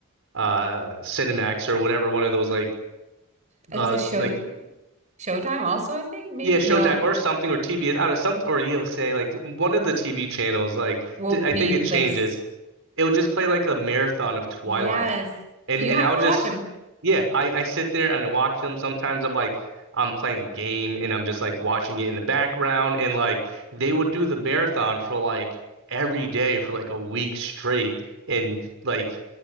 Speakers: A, on the right (about 65°); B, on the right (about 35°).
A: uh Cinemax or whatever one of those like
B: It's
A: uh
B: a show
A: like
B: Showtime also, I think. Maybe
A: yeah Showtime
B: no.
A: or something or TBS I don't know something or you'll say like one of the TV channels like
B: Will
A: d-
B: be
A: I think
B: like
A: it changes
B: s-
A: it would just play like a marathon of Twilight.
B: yes.
A: And
B: You
A: and
B: have
A: I'll
B: to
A: just
B: watch them.
A: yeah, I I sit there and I watch them. Sometimes I'm like I'm playing a game and I'm just like watching it in the background and like they would do the marathon for like every day for like a week straight and like